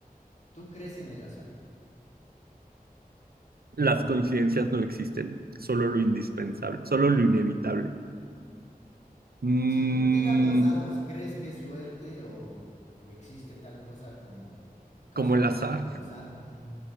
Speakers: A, on the left; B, on the right.
A: ¿Tú crees en el azar?
B: Las coincidencias no existen, solo lo indispensable, solo lo inevitable. Mm,
A: Si tú tiras los dados, ¿crees que es suerte o, o existe tal cosa como casualidad
B: como el azar.
A: o el azar? Ujú.